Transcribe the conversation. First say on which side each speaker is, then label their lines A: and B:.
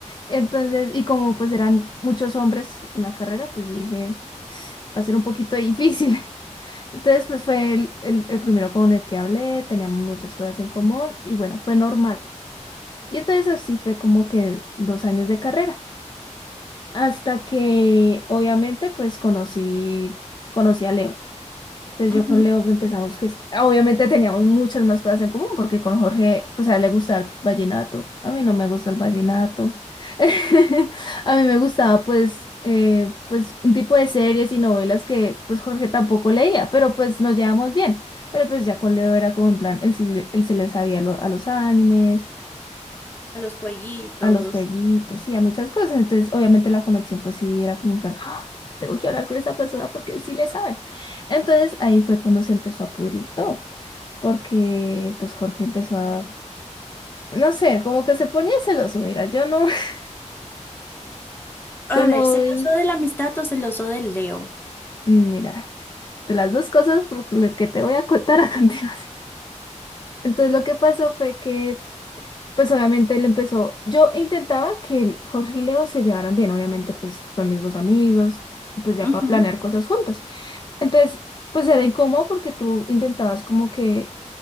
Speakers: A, on the left; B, on the left.
A: Entonces, y como pues eran muchos hombres en la carrera, pues dije, va a ser un poquito difícil. <laughs> Entonces, pues fue el, el, el primero con el que hablé, teníamos muchas cosas en común y bueno, fue normal. Y entonces así fue como que dos años de carrera, hasta que obviamente pues conocí, conocí a Leo. Entonces
B: Ujú.
A: yo con Leo empezamos que es- obviamente teníamos muchas más cosas en común porque con Jorge, pues a él le gusta el vallenato, a mí no me gusta el vallenato. <laughs> A mí me gustaba pues eh, pues un tipo de series y novelas que pues Jorge tampoco leía, pero pues nos llevamos bien. Pero pues ya con Leo era como en plan, él sí, le- él se le sabía lo- a los animes,
B: A los jueguitos.
A: a los jueguitos y a muchas cosas. Entonces, obviamente la conexión, pues sí, era como un plan, ah, tengo que hablar con esa persona porque él sí le sabe. Entonces, ahí fue cuando se empezó a pudrir todo, porque pues Jorge empezó a, no sé, como que se ponía celoso, mira, yo no, <laughs>
B: A
A: yo no,
B: ver, ¿celoso
A: eh,
B: de la amistad o celoso del Leo?
A: mira, de las dos cosas por lo que te voy a contar a <laughs> continuación. Entonces, lo que pasó fue que pues obviamente él empezó, yo intentaba que el Jorge y Leo se llevaran bien, obviamente pues son mis dos amigos, pues ya
B: Ujú.
A: para planear cosas juntos. Entonces, pues era incómodo porque tú intentabas como que